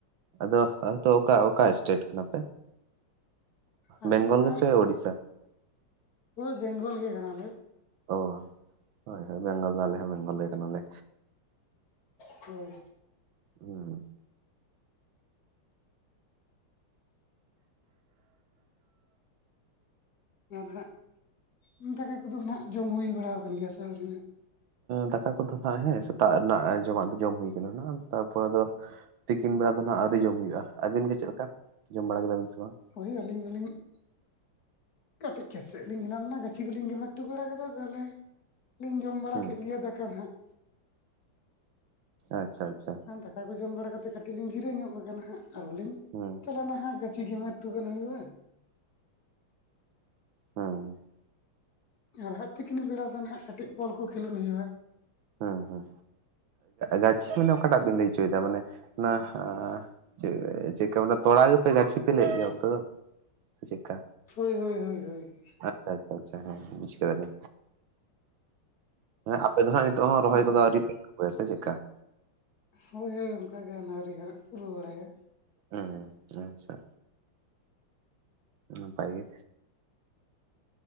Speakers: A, on the right; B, on the left.
A: ᱟᱫᱚ ᱟᱫᱚ ᱚᱠᱟ ᱚᱠᱟ ᱮᱥᱴᱮᱴ ᱠᱟᱱᱟ ᱯᱮ,
B: ᱟᱞᱮ
A: ᱵᱮᱝᱜᱚᱞ
B: ᱱᱚᱜᱼᱚᱭ
A: ᱜᱮᱥᱮ ᱳᱲᱤᱥᱥᱟ
B: ᱳᱭ ᱵᱮᱝᱜᱚᱞ ᱜᱮ ᱠᱟᱱᱟ ᱞᱮ᱾
A: ᱚ ᱦᱳᱭᱼᱦᱳᱭ ᱵᱮᱝᱜᱚᱞ ᱫᱚ ᱟᱞᱮ ᱦᱚ ᱵᱮᱝᱜᱚᱞ ᱜᱮ ᱠᱟᱱᱟ ᱞᱮ
B: ᱦᱩ
A: ᱦᱩᱢ
B: ᱟᱨ ᱦᱟᱸᱜ ᱫᱟᱠᱟ ᱠᱚᱫᱚ ᱦᱟᱸᱜ ᱡᱚᱢ ᱦᱩᱭ ᱵᱟᱲᱟ ᱠᱟᱱᱟ ᱜᱮᱭᱟ ᱥᱮ ᱟᱹᱣᱨᱤᱼᱼ
A: ᱫᱟᱠᱟ ᱠᱚᱫᱚ ᱱᱟᱦᱟᱜ ᱦᱮ ᱥᱮᱛᱟᱜ ᱨᱮᱱᱟᱜ ᱡᱚᱢᱟᱜ ᱫᱚ ᱡᱚᱢ ᱦᱩᱭ ᱠᱟᱱᱟ ᱛᱟᱨ ᱯᱚᱨᱮ ᱫᱚ ᱛᱤᱠᱤᱱ ᱵᱮᱲᱟ ᱫᱚ ᱱᱟᱦᱟᱸᱜ ᱟᱹᱣᱨᱤ ᱡᱚᱢ ᱦᱩᱭᱩᱜᱼᱟ ᱟᱹᱵᱤᱱ ᱜᱮ ᱪᱮᱫ ᱞᱮᱠᱟ ᱡᱚᱢ ᱵᱟᱲᱟ ᱠᱮᱫᱟ ᱵᱤᱱ ᱥᱮ ᱵᱟᱝ?
B: ᱦᱳᱭ ᱟᱹᱞᱤᱧ ᱦᱚᱞᱤᱧᱼᱼ ᱠᱟᱹᱴᱤᱡ ᱠᱷᱮᱛ ᱥᱮᱫ ᱞᱤᱧ ᱦᱮᱞᱟ ᱞᱮᱱᱟ ᱜᱟᱹᱪᱷᱤ ᱠᱚᱞᱤᱧ ᱜᱮᱢᱟᱨ ᱦᱚᱴᱩ ᱵᱟᱲᱟ ᱠᱟᱫᱟ ᱛᱟᱦᱚᱞᱮᱼᱼ ᱞᱤᱧ ᱡᱚᱢ ᱵᱟᱲᱟ
A: ᱦᱩᱸ
B: ᱠᱮᱫ ᱜᱮᱭᱟ ᱫᱟᱠᱟ ᱱᱟᱦᱟᱸᱜᱼᱼ
A: ᱟᱪᱪᱷᱟ, ᱟᱪᱪᱷᱟ,
B: ᱫᱟᱠᱟ ᱠᱚ ᱡᱚᱢ ᱵᱟᱲᱟ ᱠᱟᱛᱮᱫ ᱠᱟᱹᱴᱤᱡ ᱞᱤᱧ ᱡᱤᱨᱟᱹ ᱧᱚᱜ ᱟᱠᱟᱱᱟ ᱦᱟᱸᱜ ᱟᱨᱦᱚᱞᱤᱧ
A: ᱦᱩᱸ
B: ᱪᱚᱞᱚᱱ ᱜᱟᱹᱪᱷᱤ ᱜᱮᱡᱮᱨᱼᱼ ᱛᱩ ᱜᱟᱱ ᱦᱩᱭᱩᱜᱼᱟ᱾
A: ᱦᱮᱸᱻ
B: ᱟᱨᱦᱚ ᱛᱤᱠᱤᱱ ᱵᱮᱲᱟ ᱥᱮᱱ ᱦᱟᱸᱜ ᱠᱟᱹᱴᱤᱡ ᱵᱚᱞ ᱠᱚ ᱠᱷᱮᱞᱳᱰ ᱦᱩᱭᱩᱜᱼᱟ᱾ <inaudible>
A: ᱦᱩᱸ ᱦᱩᱸ ᱜᱟᱹᱪᱷᱤ ᱢᱟᱱᱮ ᱚᱠᱟᱴᱟᱜ ᱵᱮᱱ ᱞᱟᱹᱭ ᱦᱚᱪᱚᱭᱮᱫᱟ ᱢᱟᱱᱮ ᱚᱱᱟᱼᱼ ᱪ ᱪᱮᱫᱠᱟ ᱟᱱᱮ ᱛᱚᱲᱟᱯᱮ ᱜᱟᱹᱪᱷᱤ ᱯᱮ ᱞᱟᱹᱭ ᱜᱮᱭᱟ ᱚᱱᱛᱮ ᱫᱚ ᱥᱮ ᱪᱮᱫᱠᱟ?
B: ᱦᱳᱭ ᱦᱳᱭ ᱦᱳᱭ ᱦᱳᱭ᱾
A: ᱟᱪᱪᱷᱟ ᱟᱪᱪᱷᱟ ᱟᱪᱪᱷᱟ ᱦᱮᱸ ᱱᱤᱥ ᱠᱮᱫ ᱫᱮ ᱟᱯᱮ ᱫᱚ ᱦᱟᱜᱼᱼ ᱨᱚᱦᱚᱭ
B: ᱟᱨ
A: ᱜᱚᱫ ᱟᱹᱣᱨᱤ ᱥᱮ ᱪᱮᱫᱮᱠᱟ?
B: ᱦᱳᱭ ᱦᱳᱭ ᱚᱱᱠᱟᱜ ᱜᱮ ᱟᱹᱣᱨᱤ ᱦᱟᱸᱟᱜ ᱨᱩᱣ <unintelligible>
A: ᱦᱮᱸ ᱦᱮᱸ ᱟᱪᱪᱷᱟ ᱱᱟᱯᱟᱭ ᱜᱮ